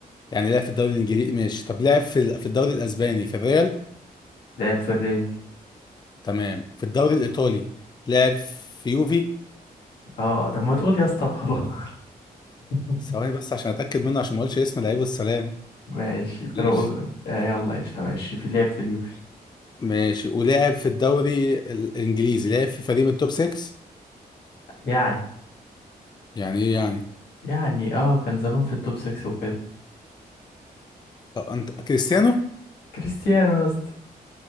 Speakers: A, on the left; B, on the left.
A: يعني لعب في الدوري الانجليزي ماشي طب لعب في ال- في الدوري الاسباني في الريال
B: لعب في الريال
A: تمام في الدوري الايطالي لعب في يوفي
B: اه طب ما تقول يا اسطى خلاص <laughs>
A: ثواني بس عشان اتاكد منه عشان ما اقولش اسم لعيب والسلام
B: ماشي انت
A: ماشي
B: لو قل- آه يلا قشطة ماشي في لعب في اليوفي
A: ماشي ولعب في الدوري الانجليزي لعب في فريق من التوب 6
B: يعني
A: يعني ايه يعني
B: يعني اه كان زمان في التوب 6 وكده
A: آه انت كريستيانو
B: كريستيانو يا اسطى